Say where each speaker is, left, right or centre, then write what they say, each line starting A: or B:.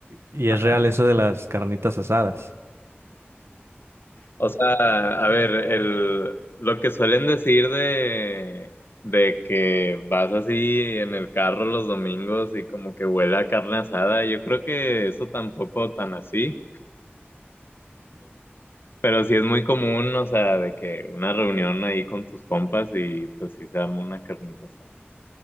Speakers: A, on the right; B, on the left.
A: y, y
B: ajá.
A: es real eso de las carnitas asadas.
B: O sea, a ver, el, lo que suelen decir de, de que vas así en el carro los domingos y como que huele a carne asada, yo creo que eso tampoco tan así. Pero sí es muy común, o sea, de que una reunión ahí con tus compas y pues sí se arma una carnita asada.